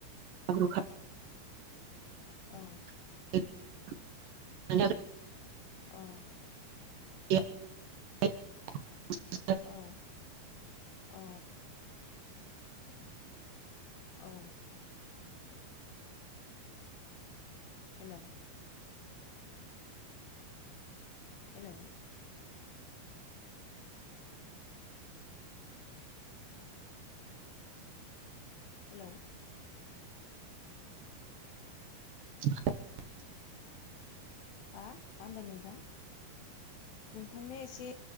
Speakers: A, on the right (about 70°); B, on the left (about 70°).
A: हाब्रु
B: औ
A: <inaudible> माने <inaudible>
B: औ।
A: <inaudible>
B: औ औ। औ। हेल'? हेल'? हेलौ?
A: <inaudible>
B: हा मा होनदों नोंथां नोंथांया एसे